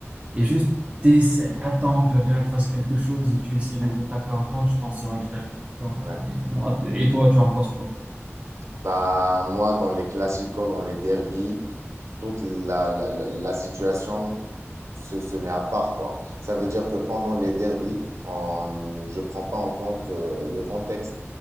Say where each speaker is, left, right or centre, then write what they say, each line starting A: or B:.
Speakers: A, on the right (about 25°); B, on the right (about 80°).
A: et juste t'essaies, t'attends que le Real fasse quelque chose et tu essaies de les attaquer en contre, je pense que ça va le faire. Bon,
B: ouais.
A: mais bon, et toi, tu en penses quoi?
B: Bah, moi, dans les classicos, dans les derbies, toute la, la, la- la situation se, se met à part, quoi. Ça veut dire que pendant les derbies, on- je ne prends pas en compte euh, le contexte.